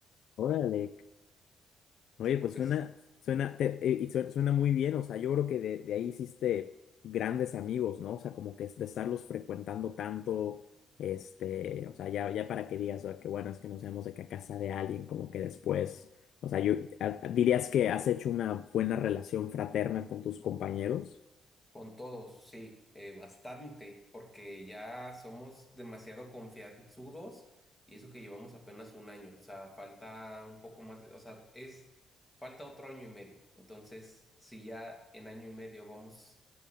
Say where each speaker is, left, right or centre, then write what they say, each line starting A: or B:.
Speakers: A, on the left; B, on the left.
A: órale Oye,
B: Sí, porque
A: pues suena,
B: es-
A: suena, te- eh, y sue- suena muy bien, o sea, yo creo que de, de ahí hiciste grandes amigos, ¿no? O sea, como que es de estarlos frecuentando tanto, este, o sea, ya, ya para que digas, "Ah, qué bueno es que nos vemos de que a casa de alguien, como que después, o sea, yo a- a- dirías que has hecho una buena relación fraterna con tus compañeros.
B: Con todos, sí, eh, bastante, porque ya somos demasiado confianzudos y eso que llevamos apenas un año, o sea, falta un poco más, de- o sea, es, falta otro año y medio. Entonces, si ya en año y medio vamos